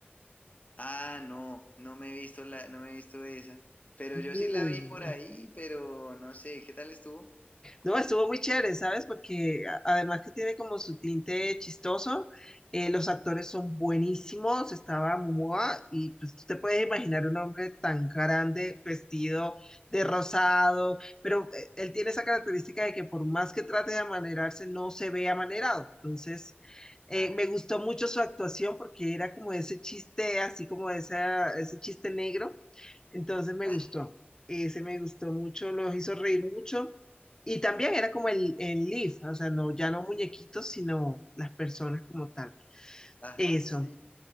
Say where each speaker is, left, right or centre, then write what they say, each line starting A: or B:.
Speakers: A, on the left (about 40°); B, on the left (about 15°).
A: Ah, no, no me he visto la, no me he visto esa, pero
B: Muy
A: yo sí la vi
B: buena.
A: por ahí, pero no sé, ¿qué tal estuvo?
B: No, estuvo muy chévere, ¿sabes? Porque a- además que tiene como su tinte chistoso, eh, los actores son buenísimos, estaba Momoa y pues tú te puedes imaginar un hombre tan grande, vestido de rosado, pero eh, él tiene esa característica de que por más que trate de amanerarse, no se ve amanerado. Entonces, eh,
A: Ah,
B: me gustó mucho su actuación porque era como ese chiste, así como esa, ese chiste negro entonces me
A: <laughs>
B: gustó, ese me gustó mucho, los hizo reír mucho. Y también era como el, el Leaf, o sea, no, ya no muñequitos, sino las personas como tal.
A: ajá,
B: Eso.
A: sí,